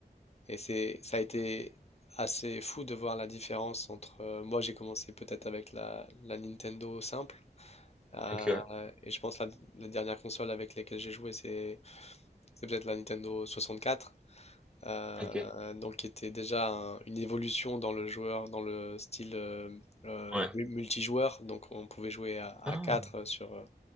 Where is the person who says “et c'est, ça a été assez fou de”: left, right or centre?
Left